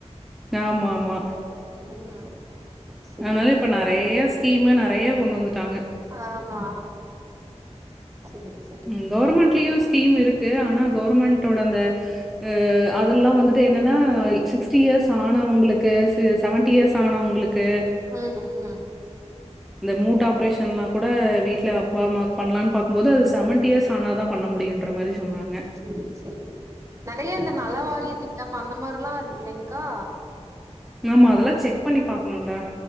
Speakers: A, in the centre; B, on the right.
A: ஆமா ஆமா
B: ம் சேரி
A: அதனால இப்ப நெறைய ஸ்கீமு நெறைய கொண்டு வந்துட்டாங்க
B: ஆமா சேரி சேர்
A: ம் கவுர்மெண்ட்லயு ஸ்கீம் இருக்கு ஆனா கவுர்மெண்டோட அந்த அ அதெல்லா வந்துட்டு என்னன்னா சிக்ஸ்டி இயர்ஸ் ஆனவுங்களுக்கு செவன்டி இயர்ஸ் ஆணவுங்களுக்கு
B: ம் ம்
A: இந்த மூட் ஆப்ரேஷன்லா கூட வீட்ல அப்பா அம்மாக் பண்லான் பாக்கும்போது அது செவன்டி இயர்ஸ் ஆனா தா பண்ண முடியுன்ற மாரி சொன்னாங்க
B: சேரி சேரி நெறைய இந்த நல வாரிய திட்டம் அந்த மாரில்லா இருக்கு இல்லைங்க்கா
A: ஆமா அதெல்லா செக் பண்ணி பாக்கணுன்டா